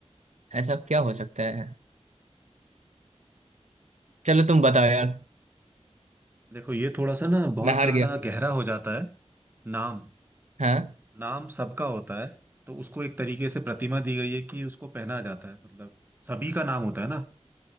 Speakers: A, on the right; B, on the right.
A: ऐसा क्या हो सकता है चलो तुम बताओ यार
B: देखो ये थोड़ा सा ना बहुत
A: मैं हार
B: ज्यादा
A: गया
B: गहरा हो जाता है नाम
A: हाँ
B: नाम सबका होता है तो उसको एक तरीके से प्रतिमा दी गई है कि उसको पहना जाता है मतलब सभी का नाम होता है ना